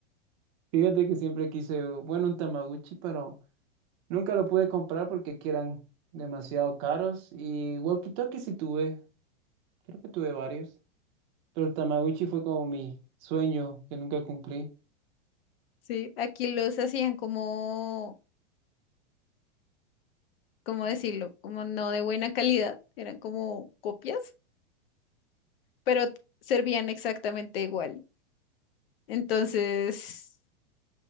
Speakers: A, on the right; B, on the left.
A: Fíjate que siempre quise, bueno, un Tamaguchi, pero... Nunca lo pude comprar porque aquí eran demasiado caros. Y walkie-talkie sí tuve, creo que tuve varios. Pero el Tamagotchi fue como mi sueño que nunca cumplí.
B: Sí, aquí los hacían como, ¿cómo decirlo? Como no de buena calidad, eran como copias, pero t- servían exactamente igual. Entonces,